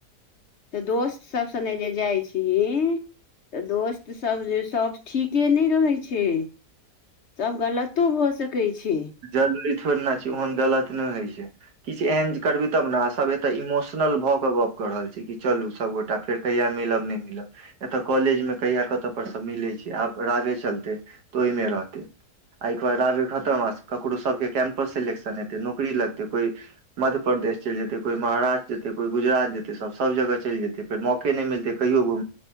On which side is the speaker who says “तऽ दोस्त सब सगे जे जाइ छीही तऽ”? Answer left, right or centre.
Left